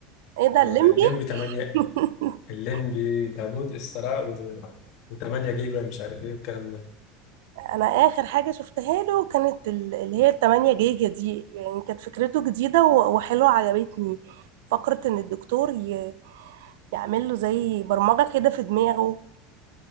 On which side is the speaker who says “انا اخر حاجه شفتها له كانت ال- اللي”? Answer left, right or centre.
Right